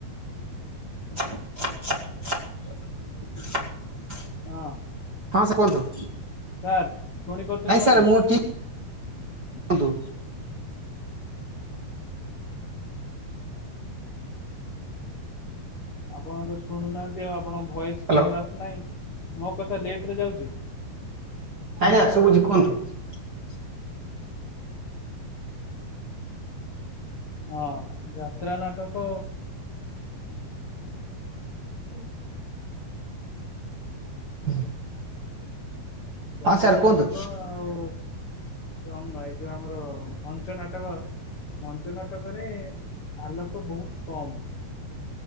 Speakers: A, on the right; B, on the left.
A: <inaudible>
B: ହଁ।
A: ହଁ ସାର୍ କୁହନ୍ତୁ?
B: ସାର୍ ପୁଣି କରୁଛନ୍ତି
A: ନାଇଁ
B: ମତେ
A: ସାର୍ ମୁଁ ଠିକ୍
B: <inaudible>
A: କୁହନ୍ତୁ।
B: ଆପଣ ତ ଶୁଣୁନାହାନ୍ତି ଆଉ ଆପଣଙ୍କ ଭଏସ
A: ହ୍ୟାଲୋ।
B: କ୍ଲିୟର ଆସୁନାହିଁ। ମୋ ମୋ କଥା ଲେଟ ରେ ଯାଉଛି। <inaudible>
A: ଆଜ୍ଞା ଶୁଭୁଛି କୁହନ୍ତୁ।
B: ହଁ। ଯାତ୍ରା ନାଟକ <inaudible> ହୁଁ।
A: <inaudible>
B: ଯାତ୍ରା
A: ହଁ ସାର୍ କୁହନ୍ତୁ
B: ନାଟକ ଆଉ ରଙ୍ଗ ଏଇ ଯୋଉ ଆମର ମଞ୍ଚ ନାଟକ ମଞ୍ଚ ନାଟକରେ ଆଲୋକ ବହୁତ କମ